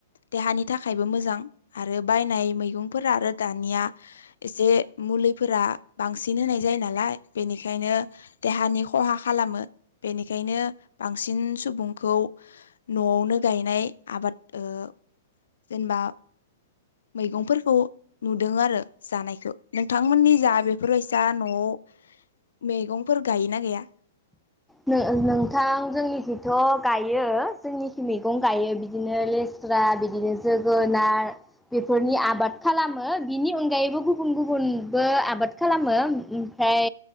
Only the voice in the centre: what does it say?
नोंनोंथां जोंनिथिथ' गायो जोंनिथि मैगं गायो बिदिनो लेस्रा बिदिनो जोगोनार बेफोरनि आबाद खालामो बिनि अनगायैबो गुबुन गुबुनबो आबाद खालामो ओमफ्राय